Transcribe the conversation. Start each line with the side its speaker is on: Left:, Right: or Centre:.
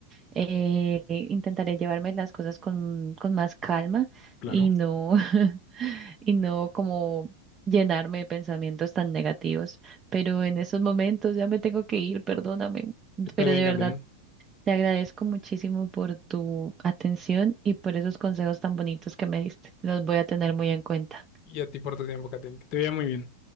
Right: Eh, intentaré llevarme las cosas con, con más calma
Left: Claro,
Right: y no, <laughs> y no como llenarme de pensamientos tan negativos. Pero en estos momentos ya me tengo que ir, perdóname.
Left: está
Right: Pero
Left: bien,
Right: de
Left: Catherine.
Right: verdad, te agradezco muchísimo por tu atención y por esos consejos tan bonitos que me diste. Los voy a tener muy en cuenta.
Left: Y a ti por tu tiempo, Catherine. Que te vea muy bien.